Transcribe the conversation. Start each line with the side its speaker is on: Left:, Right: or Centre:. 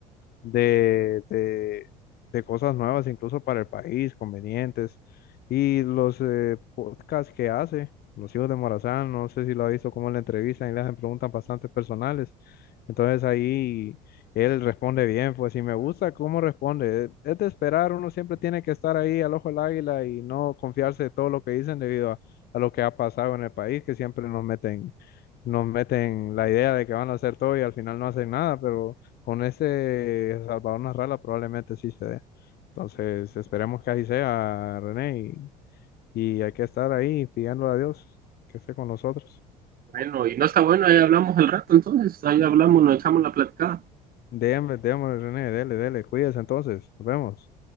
Left: de, de, de cosas nuevas, incluso para el país, convenientes. Y los eh, podcasts que hace, Los Hijos de Morazán, no sé si lo ha visto, cómo le entrevistan y le hacen preguntas bastante personales. Entonces ahí él responde bien, pues si me gusta cómo responde. Es de esperar, uno siempre tiene que estar ahí al ojo del águila y no confiarse de todo lo que dicen debido a, a lo que ha pasado en el país, que siempre nos meten, nos meten la idea de que van a hacer todo y al final no hacen nada, pero con ese Salvador Narrala probablemente sí se dé. Entonces esperemos que así sea, René, y, y hay que estar ahí pidiéndole a Dios que esté con nosotros.
Right: Bueno, y no está bueno, ahí hablamos el rato entonces, ahí hablamos, nos echamos la platicada.
Left: Démosle, démosle, René, dele, dele, cuídese entonces, nos vemos.